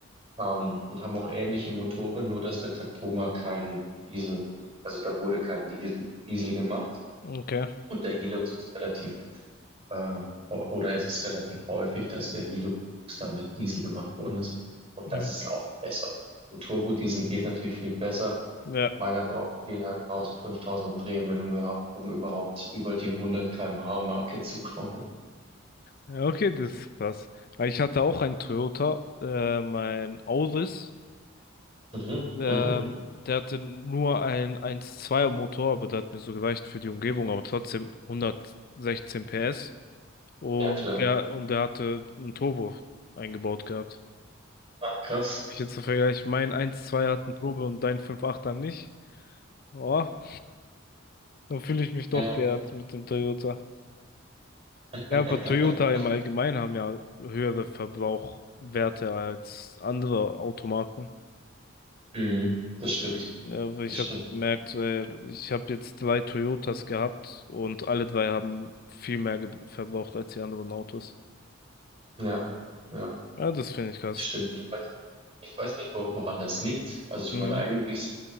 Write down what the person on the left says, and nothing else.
Okay.
Mhm.
Ja.
Ja, okay, das ist krass. Weil Ich hatte auch einen Toyota, äh, mein Auris.
Ähm,
der hatte nur einen 1.2er Motor, aber der hat mir so gereicht für die Umgebung, aber trotzdem 116 PS. Und
der, und der hatte einen Turbo eingebaut gehabt.
Ich jetzt so vergleiche, mein 12 zwei hat einen Turbo und dein 5.8er nicht. Boah, dann fühle ich mich doch
geehrt mit dem Toyota.
Ja, aber Toyota im Allgemeinen haben ja höhere Verbrauchwerte als andere Automarken.
Ja, weil
ich
habe gemerkt, äh, ich habe jetzt drei Toyotas gehabt und alle drei haben viel mehr ge- verbraucht als die anderen Autos.
Ja, das finde ich krass.
Mhm.